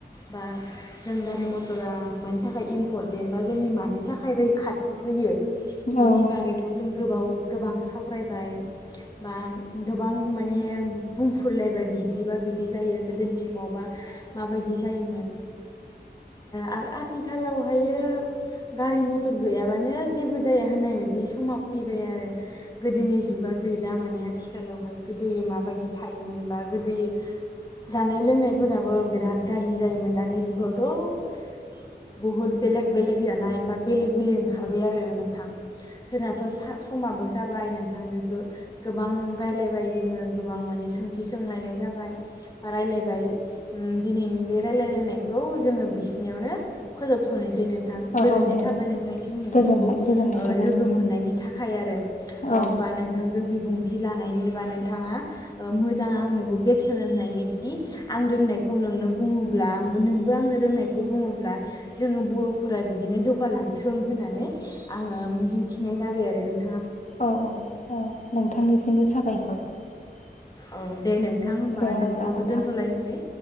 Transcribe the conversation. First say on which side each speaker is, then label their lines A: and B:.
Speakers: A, on the left; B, on the left.
A: बा जों गारि मटरा मानि थाखाय इम्परटेन्ट बा जोंनि मानि थाखाय आ रैखाथि होयो बिनि
B: औ
A: बागैथ' जों गोबाव गोबां सावरायबाय बा गोबां माने बुंफुरलायबाय बिदिबा बिदि जायो गोदोनि समावबा माबायदि जायोमोन आरो आथिखालावहायो गारि मथर मटर गैयाबानो जेबो जाया होननाय बायदि समा फैबाय आरो गोदोनि जुगा गैला माने आथिखालावहाय गोदो माबायदि थायोमोन बा गोदो जानाय लोंनायफोराबो बिराद गाज्रि जायोमोन दानि जुगावथ' बहुद बेलेग बेलेग जानाय बा बेलेग बेलेग ओंखारबाय आरो नोंथां जोंनाथ' समाब बो जाबाय नोंथांजोंगो गोबां रायलायबाय जोङो गोबां माने सोंथि सोंलायनाय जाबाय बा राय्लायबाय दिनैनि बे रायलायलायनायखौ जोङो बिसिनियावनो फोजोबथ'नोसै नोंथां गोजोननाय
B: औ दे
A: थाबाय
B: दे
A: नोंथां सि नोंथांखौ
B: गोजोनबाय गोजोननाय थाबाय
A: लोगो
B: नोंथां
A: मोननायनि थाखाय आरो ओ
B: औ
A: बा नोंथांजों बिबुंथि लनि बा नोंथा मोजां आंनो बेखे होननि जुदि आं रोंनायखौ नोंनो बुङोब्लाों आंनो रोंनायखौ बुङोब जोङो बर'फोरा बिदिनो जौ खगारलांथों होननानै आङो मिजिंथिनाय जाबाय आरो नों
B: औ औ औ नोंथांनिसिमबो साबायखर <unintelligible>
A: औ दे नों नोंथां होमबा
B: दे होमब्ला
A: जों कलखौ
B: नोंथां
A: दोन्थ'लायनोसै